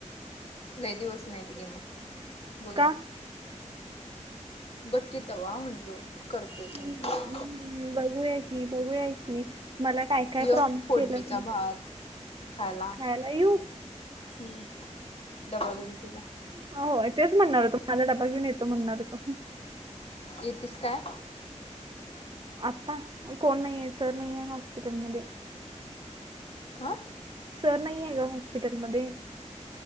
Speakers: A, on the left; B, on the right.
A: लय दिवस नाहीत घे मग बघूया.
B: का
A: बघ की तवा म्हणलो करते
B: हम्म,
A: का नाही.
B: हम्म बघूया की बघूया की. मला काय काय
A: य
B: प्रॉमिस
A: फोडणीचा
B: केल्यास तू
A: भात खायला
B: खयला येऊ.
A: हम्म डबलन तुझा.
B: हो तेच म्हणणार होतो माझा डबा घेऊन येतो म्हणणार होतो.
A: येतीस काय.
B: आता कोण नाही आहे सर नाही आहे हॉस्पिटलमध्ये.
A: आं.
B: सर नाहीये ग हॉस्पिटलमध्ये.